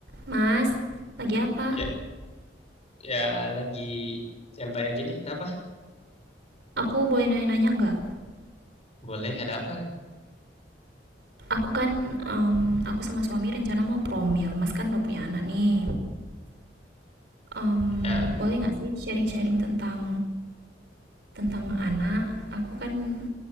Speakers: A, on the right; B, on the left.
A: Mas, lagi apa?
B: Ya, ya lagi nyantai aja nih. Kenapa?
A: Aku boleh nanya-nanya nggak?
B: Boleh, ada apa?
A: Aku kan, em, aku sama suami rencana mau promil. Mas kan udah punya anak nih. Em,
B: Ah,
A: boleh nggak sih sharing-sharing tentang tentang anak? Aku kan